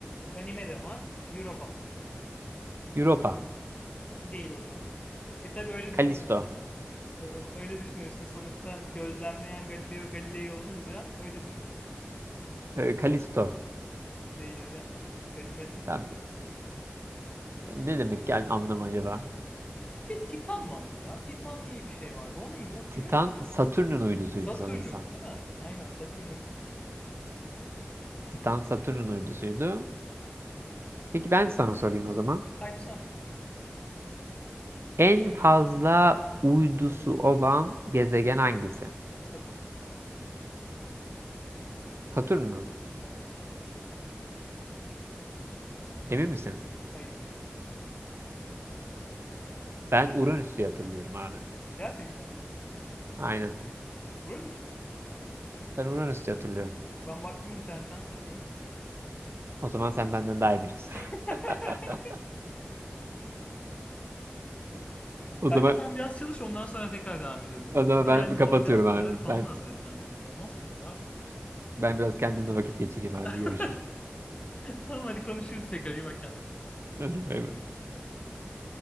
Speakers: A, on the left; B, on the right.
A: Ganimede var. Europa var.
B: Europa.
A: Değil hocam. E tabi öyle
B: Kalisto.
A: düşünürsün. Ö- ö- Öyle düşünürsün. Sonuçta gözlemleyen Galileo Galilei olunca öyle düşünürsün.
B: E, Kalisto.
A: Değil hocam. Ganimede.
B: E, Tamam. Ne demek yani anlam acaba?
A: Bir de Titan vardı ya. Titan diye bir şey vardı. O neydi hatırlıyor
B: Titan
A: musun?
B: Satürn'ün uydusuydu
A: Satürn'ündü
B: sanırsam.
A: değil mi? Aynen Satürn'ün uydusuydu.
B: Titan Satürn'ün uydusuydu. Peki ben sana sorayım o zaman.
A: Haydi sor.
B: En fazla uydusu olan gezegen hangisi?
A: Satürn.
B: Satürn mü?
A: Evet.
B: Emin misin?
A: Hayır değilim.
B: Ben Uranüs diye hatırlıyorum abi.
A: Gerçekten.
B: Aynen.
A: Uranüs mü?
B: Ben Uranüs diye hatırlıyorum.
A: Ben baktım internetten Satürn.
B: O zaman sen benden daha iyi biliyorsun.
A: <laughs>
B: <laughs> O
A: Bence
B: zaman
A: sen biraz çalış ondan sonra tekrar devam edelim.
B: o zaman
A: Bir
B: ben
A: de yani soracağın
B: kapatıyorum
A: soruları
B: abi.
A: falan
B: Ben
A: da hazır etmen lazım. Olmaz ki böyle abi.
B: ben biraz kendimle vakit geçireyim abi.
A: <laughs>
B: Görüşürüz.
A: Tamam hadi konuşuruz tekrar. İyi bak kendine.
B: Hadi bay bay.
A: Hadi bay bay.